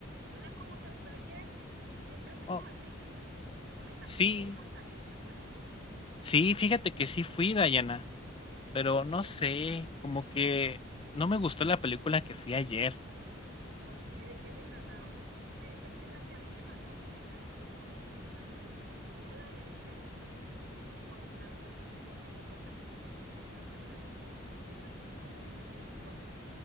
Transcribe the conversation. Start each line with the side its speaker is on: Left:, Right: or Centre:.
Right: Hola, ¿cómo te fue ayer? Siempre fuiste
Left: Oh,
Right: a cine. Me comentaste
Left: sí,
Right: que ibas a salir, ¿te acuerdas?
Left: sí, fíjate que sí fui, Dayana, pero
Right: ¿Ah, sí?
Left: no sé, como que no me gustó la película que fui ayer.
Right: ¿Por qué? ¿De qué se trataba? No me digas que es la que a mí me pasó. Uy, una vez me tocó a mí una que, Dios mío, no, no la dejé ni terminar, porque la verdad me, <laughs> me tocó salir. Coméntame la tuya. ¿Por qué salir? No, no te gustó.